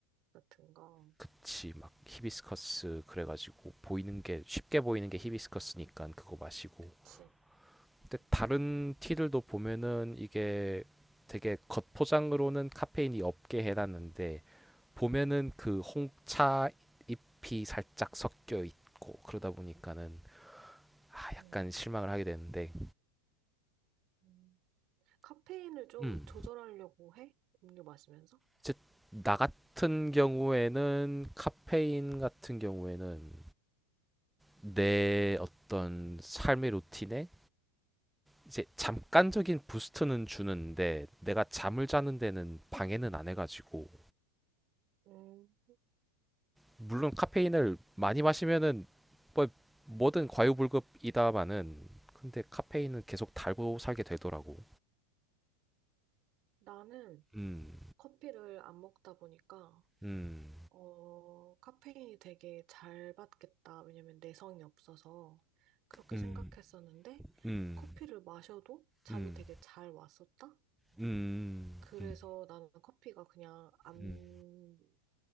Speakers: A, on the right (about 35°); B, in the centre.
A: 같은 거.
B: 그치. 막 히비스커스 그래가지고 보이는 게 쉽게 보이는 게 히비스커스니까 그거 마시고.
A: 그치.
B: 근데
A: 음.
B: 다른 티들도 보면은 이게 되게 겉포장으로는 카페인이 없게 해놨는데 보면은 그 홍차 잎이 살짝 섞여 있고 그러다 보니까는 아, 약간
A: 음.
B: 실망을 하게 되는데
A: 음. 카페인을 좀
B: 음.
A: 조절하려고 해? 음료 마시면서?
B: 이제 나 같은 경우에는 카페인 같은 경우에는 내 어떤 삶의 루틴에 이제 잠깐적인 부스트는 주는데 내가 잠을 자는 데는 방해는 안 해가지고
A: 음.
B: 물론 카페인을 많이 마시면은 뭐 뭐든 과유불급이다마는 근데 카페인은 계속 달고 살게 되더라고.
A: 나는
B: 음.
A: 커피를 안 먹다 보니까
B: 음.
A: 어, 카페인이 되게 잘 받겠다. 왜냐면 내성이 없어서 그렇게
B: 음.
A: 생각했었는데
B: 음.
A: 커피를 마셔도 잠이
B: 음.
A: 되게 잘 왔었다?
B: 음.
A: 그래서
B: 음.
A: 나는 커피가 그냥 안,
B: 음.